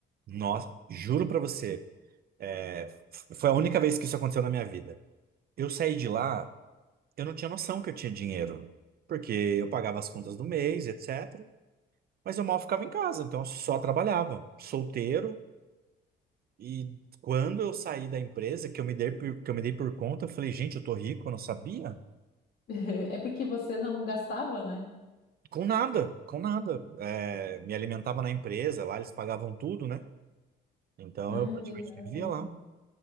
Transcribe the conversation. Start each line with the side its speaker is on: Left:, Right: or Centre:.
Right: nossa, juro pra você, é, f- foi a única vez que isso aconteceu na minha vida. Eu saí de lá, eu não tinha noção que eu tinha dinheiro, porque eu pagava as contas do mês, etc. Mas eu mal ficava em casa, então eu só trabalhava, solteiro. E quando eu saí da empresa, que eu me dei por, que eu me dei por conta, eu falei, gente, eu tô rico, eu não sabia.
Left: <laughs> É porque você não gastava, né?
Right: Com nada, com nada. É, me alimentava na empresa, lá eles pagavam tudo, né? Então
Left: Ah,
Right: eu praticamente
Left: é verdade.
Right: vivia lá.